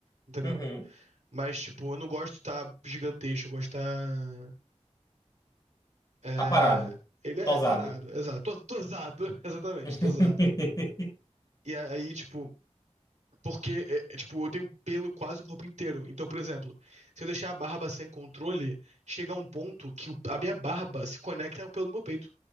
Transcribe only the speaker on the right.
entendeu?
Mas, tipo, eu não gosto de estar gigantesco, eu gosto de estar. É,
é,
aparado, exato. Tô, tô usado, <laughs> exatamente,
tô usado. E aí, tipo, Porque, é, é, tipo, eu tenho pelo quase o corpo inteiro. Então, por exemplo, se eu deixar a barba sem controle, chega a um ponto que o- a minha barba se conecta ao pelo do meu peito.